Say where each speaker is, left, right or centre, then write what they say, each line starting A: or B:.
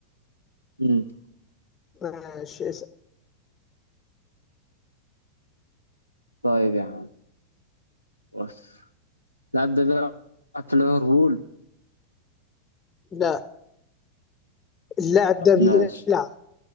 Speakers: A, on the left; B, on the left.
A: مم.
B: ماشي اسأل
A: طيب يا عم بص اللاعب ده بيلعب في ليفربول
B: لا اللاعب ده
A: ماشي
B: بيلعب